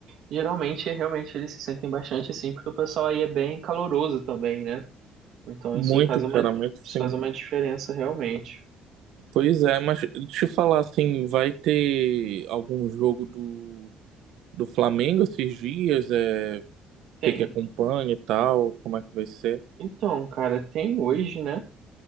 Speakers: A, on the right (about 50°); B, on the right (about 65°).
A: Geralmente, realmente, eles se sentem bastante assim, porque o pessoal aí é bem caloroso também, né? Então
B: Muito,
A: isso faz uma,
B: cara,
A: isso
B: muito sim.
A: faz uma diferença realmente.
B: Pois é, mas deixa eu falar assim, vai ter algum jogo do, do Flamengo esses dias? É,
A: Tem.
B: você que acompanha e tal, como é que vai ser?
A: Então, cara, tem hoje, né?